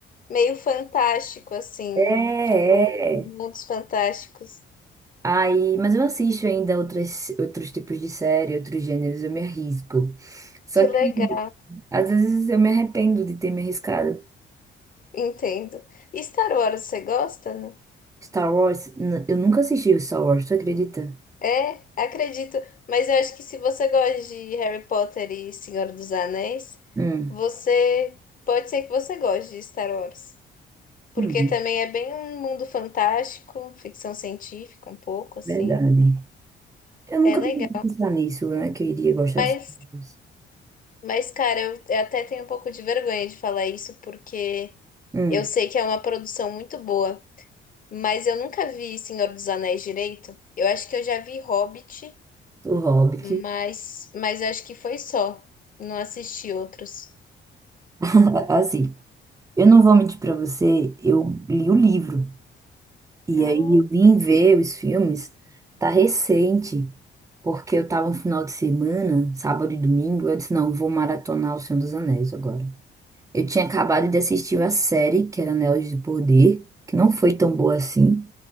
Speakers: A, on the left; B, on the right.
A: meio fantástico, assim.
B: É,
A: Tipo,
B: é.
A: mundos fantásticos.
B: Aí, mas eu assisto ainda outras, outros tipos de série, outros gêneros, eu me arrisco. Só
A: Que legal,
B: que às vezes eu me arrependo de ter me arriscado.
A: entendo. E Star Wars, você gosta, não?
B: Star Wars, n- eu nunca assisti o Star Wars, tu acredita?
A: É, acredito. Mas eu acho que se você gosta de Harry Potter e Senhor dos Anéis,
B: Hum,
A: você pode ser que você goste de Star Wars. Porque
B: hum,
A: também é bem um mundo fantástico, ficção científica, um pouco assim.
B: verdade. Eu nunca
A: É legal.
B: parei de pensar nisso, né? Que eu iria gostar
A: Mas
B: de Star Wars.
A: Mas, cara, eu eu até tenho um pouco de vergonha de falar isso, porque
B: Hum,
A: eu sei que é uma produção muito boa, mas eu nunca vi Senhor dos Anéis direito. Eu acho que eu já vi Hobbit,
B: o Hobbit.
A: mas, mas acho que foi só. Não assisti outros.
B: <laughs> Assim, eu não vou mentir pra você, eu li o livro. E
A: Ah,
B: aí eu vim ver os filmes, tá recente, porque eu tava no final de semana, sábado e domingo, eu disse, não, vou maratonar O Senhor dos Anéis agora. Eu tinha acabado de assistir a série, que era Anéis de Poder, que não foi tão boa assim.